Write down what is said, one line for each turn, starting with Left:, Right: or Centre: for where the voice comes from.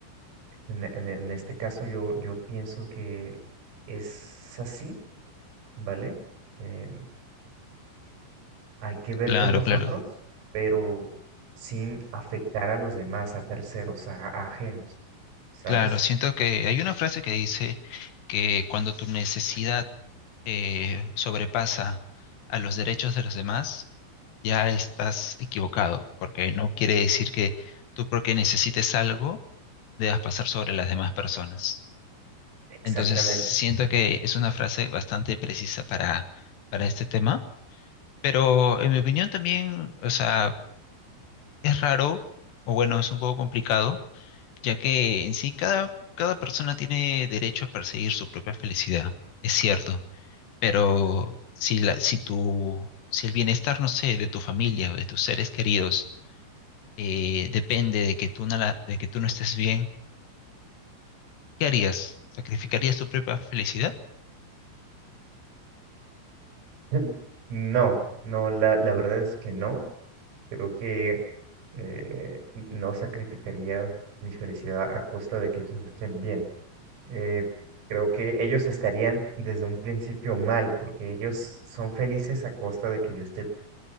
Right: en, en- en este caso yo, yo pienso que es así ¿vale? Em, hay que ver
Left: Claro,
Right: por nosotros,
Left: claro.
Right: pero sin afectar a los demás, a terceros, a, a ajenos, ¿sabes?
Left: Claro, siento que hay una frase que dice que cuando tu necesidad eh, sobrepasa a los derechos de los demás, ya estás equivocado, porque no quiere decir que tú porque necesites algo debas pasar sobre las demás personas.
Right: Exactamente.
Left: Entonces, siento que es una frase bastante precisa para, para este tema, pero en mi opinión también, o sea, es raro, o bueno, es un poco complicado, ya que en sí cada, cada persona tiene derecho a perseguir su propia felicidad, es cierto, pero si, la, si, tu, si el bienestar, no sé, de tu familia o de tus seres queridos, eh, depende de que tú no la- de que tú no estés bien, ¿qué harías? ¿Sacrificarías tu propia felicidad?
Right: <laughs> No, no, la, la verdad es que no. Creo que eh, no sacrificaría mi felicidad a costa de que ellos estén bien. Eh, creo que ellos estarían desde un principio mal, porque ellos son felices a costa de que yo esté